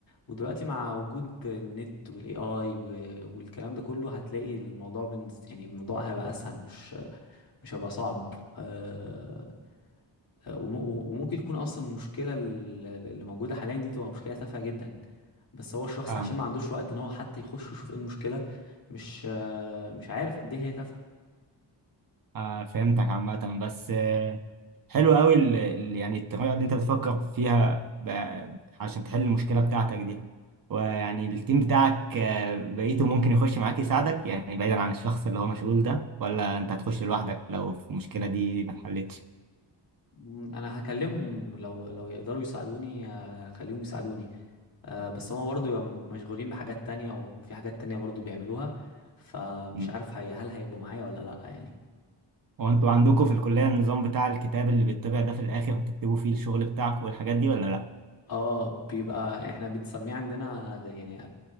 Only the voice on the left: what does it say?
ودلوقتي مع وجود النت والاي اي و... والكلام ده كله هتلاقي الموضوع بنز... يعني الموضوع هيبقى اسهل مش مش هيبقى صعب أه... آه، وم- وممكن تكون اصلا المشكله ال- اللي موجوده حاليا دي تبقى مشكله تافهه جدا بس هو الشخص
عشان ما عندوش وقت ان هو حتى يخش يشوف ايه المشكله مش آه، مش عارف قد ايه هي تافهه
مم، انا هكلمهم لو لو يقدروا يساعدوني آه، خليهم يساعدوني آه، بس هما برضو يبقوا مشغولين بحاجات تانية او في حاجات تانية برضو بيعملوها فمش
عارف هي هل هيبقوا معايا ولا لا يعني
اه بيبقى احنا بنسميه عندنا ده يعني